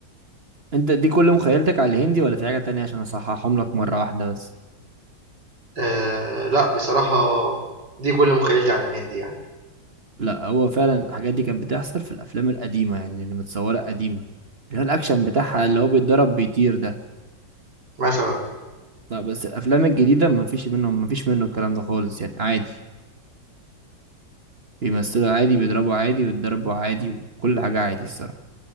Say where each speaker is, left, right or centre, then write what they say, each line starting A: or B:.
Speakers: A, on the right; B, on the right.
A: انت دي كل مخيلتك على الهندي ولا في حاجة تانية عشان اصححهم لك مرة واحدة بس
B: آه لا بصراحة دي كل مخيلتي عن الهند يعني
A: لا هو فعلا الحاجات دي كانت بتحصل في الافلام القديمة يعني اللي متصورة قديمة اللي هو الاكشن بتاعها اللي هو بيتضرب بيطير ده
B: مثلا
A: لا بس الافلام الجديدة ما فيش منهم ما فيش منه الكلام ده خالص يعني عادي بيمثلوا عادي بيضربوا عادي ويتضربوا عادي وكل حاجة عادي الصراحة